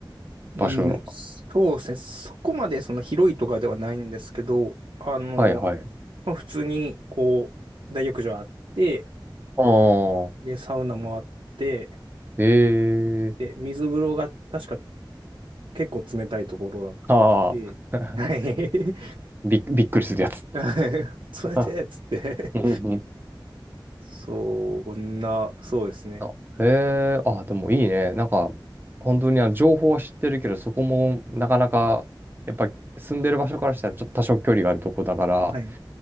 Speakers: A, on the right; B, on the right.
A: うん、
B: 場所。
A: そうですね。そこまでその広いとかではないんですけど、あの、
B: はいはい。
A: まあ、普通にこう、大浴場あって、
B: ああ。
A: で、サウナもあって、
B: ええ
A: で、水風呂が確か結構冷たいところだっ
B: ああ、
A: て、
B: <laughs>
A: はい。
B: びっ、びっくりするやつ。
A: <laughs> 冷てえっつって
B: <laughs> うんうん
A: そんな、そうですね。
B: あへえ、あ、でもいいね。なんか、本当にあの情報は知ってるけど、そこもなかなか、やっぱり住んでる場所からしたらちょっと多少距離があるとこだから、
A: はい。